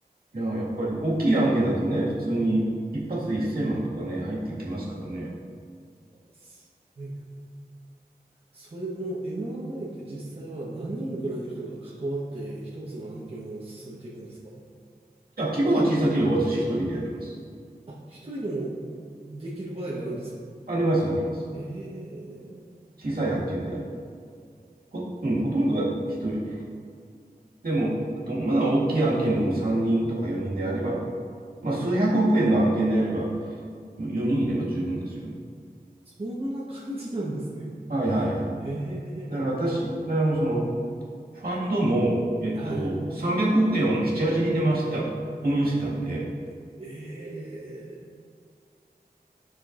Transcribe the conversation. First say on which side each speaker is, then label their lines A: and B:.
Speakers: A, on the right; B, on the right.
A: いや、やっぱり大きい案件だとね、普通に一発で1000万とかね、入ってきますからね。
B: すごいな。それの M&A って実際は何人ぐらいの人が関わって一つの案件を進めていくんですか
A: いや、規模が小さければ私一人でやります。
B: あ、一人でもできる場合があるんですか
A: あります、あります。
B: へえ、
A: 小さい案件であれば。ほ、うん、ほとんどが一人。でも、あとまあ大きい案件でも3人とか4人であれば、まあ数百億円の案件であれば、4人いれば十分ですよね。
B: そんな感じなんですね。
A: はいはいはい。
B: へえ、
A: だから私、あの、その、ファンドも、えっと、
B: はい。
A: 300億円を7、8に出ました、運用してたんで、
B: ええ、